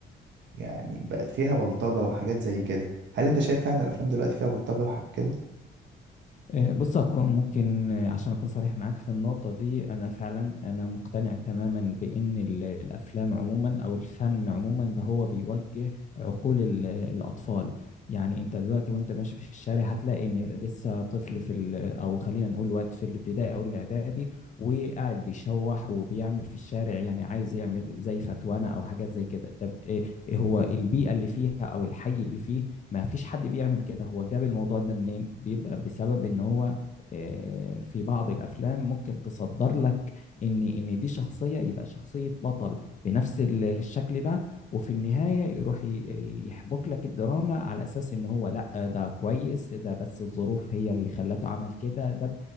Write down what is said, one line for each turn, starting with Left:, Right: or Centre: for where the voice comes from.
Right: يعني بقت فيها بلطجة وحاجات زي كده هل انت شايف فعلا الافلام دلوقتي فيها بلطجة وحاجات كده
Left: آه، بص أكون ممكن آه، عشان أكون صريح معاك في النقطة دي أنا فعلا أنا مقتنع تماما بإن ال- الأفلام عموما أو الفن عموما ده هو بيوجه عقول ال- الأطفال يعني أنت دلوقتي وأنت ماشي في الشارع هتلاقي إن لسه طفل في ال أو خلينا نقول وقت في الابتدائي أو الإعدادي وقاعد بيشوح وبيعمل في الشارع يعني عايز يعمل زي فتوانة أو حاجات زي كده ده ب- إيه إيه هو البيئة اللي فيها أو الحي اللي فيه ما فيش حد بيعمل كده هو جاب الموضوع ده منين بيبقى بسبب ان هو آه، في بعض الافلام ممكن تصدر لك ان ان دي شخصية يبقى شخصية بطل بنفس ال- الشكل ده وفي النهاية يروح ي- يحبك لك الدراما على اساس ان هو لا ده كويس ده بس الظروف هي اللي خلته عمل كده ده ب-